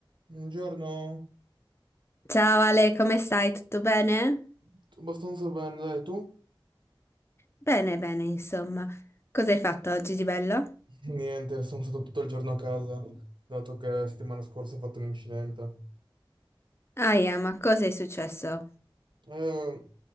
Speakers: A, on the right; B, on the left.
A: Buongiorno,
B: Ciao Ale, come stai? Tutto bene?
A: Tutto abbastanza bene, dai, tu?
B: Bene, bene, insomma. Cosa hai fatto oggi di bello?
A: Niente, sono stato tutto il giorno a casa, dato che settimana scorsa ho fatto un incidente.
B: Ah, yeah, ma cosa è successo?
A: Eh,